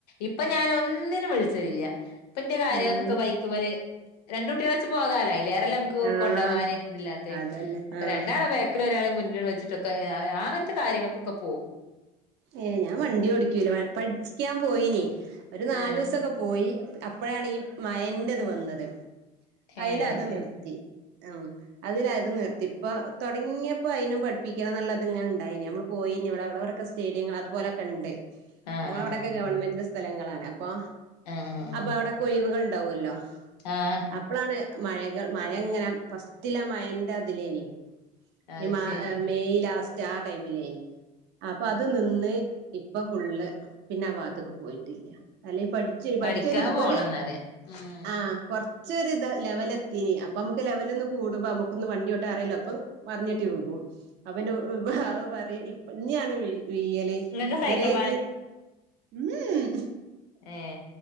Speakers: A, on the left (about 85°); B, on the right (about 60°).
A: ഇപ്പൊ ഞാനൊന്നിനും വിൾച്ചലില്ല ഉപ്പന്റെ കാര്യങ്ങക്കെക്കെ
B: ആഹ് ആണ്
A: ബൈക്ക്മല് രണ്ട് കുട്യളെച്ച് പോകാലൊ ഐലേറെല്ലമ്മക്ക്
B: ആഹ്
A: കൊണ്ടോവാന് ഇതില്ലാത്തെ
B: അതന്നെ
A: അപ്പോ
B: ആഹ്
A: രണ്ടാളെ ബേക്ക് ഒരാളെ മുന്നില് വെച്ചിട്ടൊക്കെ ഞാ അങ്ങൻത്തെ കാര്യങ്ങക്കൊക്കെ പോകും
B: ഏ ഞാൻ വണ്ടോടിക്യല പഠിക്കാൻ പോയി ഒരു നാലുസൊക്കെ
A: ആഹ്
B: പോയി അപ്പഴാണ് ഈ മൻ്റത് വന്നത്
A: ഏഹ്
B: ഐല് അത്
A: ശരി
B: നിർത്തി ആ അതില് അതും നിർത്തി ഇപ്പൊ തൊടങ്ങിയപ്പോ ഐനും പഠിപ്പിക്കണം എന്നുള്ളത്ങ്ങനെ ഇണ്ടായി നമ്മള് പോയി പിന്നവിടെവിടൊക്കെ സ്റ്റേഡിയങ്ങള് അതുപലൊക്കെണ്ട്
A: ആഹ്
B: ഞങ്ങളവിടൊക്കെ
A: ആഹ്
B: ഗവൺമെന്റിന്റെ സ്ഥലങ്ങളാണ് അപ്പൊ
A: ആഹ് ആഹ്
B: അപ്പ അവിടൊക്കേ ഒഴിവുകള്ണ്ടാവല്ലോ
A: ആഹ് ആഹ്
B: അപ്പളാണ് മഴകള് മഴങ്ങനെ ഫസ്റ്റിലെ മഴന്റെ അതിലേനി
A: അത്
B: ഈ
A: ശരി
B: മെയ് ലാസ്റ്റ് ആ ടൈമിലേനി അപ്പൊ അത് നിന്ന് ഇപ്പൊ ഫുള്ള് പിന്നെ ആ ഭാത്ത്ക്ക് പോയി ട്ടില്യ പഠിച്ചേനി പഠിച്ചൊരു
A: പഠിക്കാൻ പോണംന്നറിയാ
B: ഒര്
A: ഉം
B: ആ ച്ചൊരു ലെവലത്തീനി അപ്പമ്മക്ക് ലെവലൊന്ന് കൂടുമ്പോ നമ്മക്കൊന്ന് വണ്ടിഓട്ടാൻ അറില്ലോ അപ്പൊ മർഞ്ഞെട്ടി വികും അപ്പപിന്നെ അത് പറിം ഇഞ്ഞാണ് വീ ഴല്
A: ഇങ്ങക്ക്
B: ഇദരെ
A: സൈക്കിൾ
B: ജ് ഉം
A: ഏ